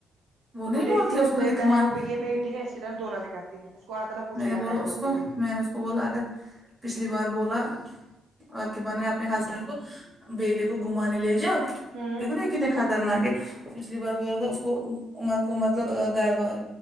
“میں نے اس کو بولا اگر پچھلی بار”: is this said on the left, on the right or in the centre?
Centre